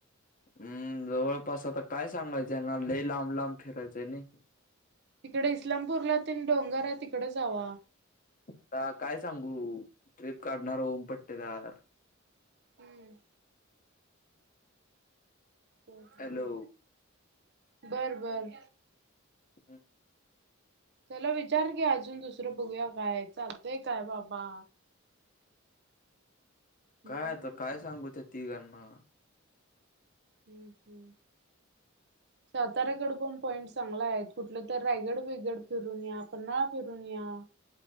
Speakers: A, on the left (about 40°); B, on the right (about 55°).
A: हम्म जवळपास आता काय सांगायचं यांना लई लांब लांब फिरायचं हाय नई.
B: तिकडे इस्लामपूरला तेन डोंगर आहे तिकडं जावा.
A: आता काय सांगू. ट्रिप काढणारा ओम पट्टेदार
B: हम्म. पोटभर
A: हॅलो
B: बर, बरं.
A: हम्म.
B: चला विचार घ्या अजून दुसरं बघूया काय चालतंय काय बाबा. हम्म.
A: काय आता काय सांगू ते तिघांना.
B: हम्म, हम्म. साताऱ्याकडं पण पॉइंट चांगल हायत. कुठलं तर रायगड बियगड फिरून या, पन्हाळा फिरून या.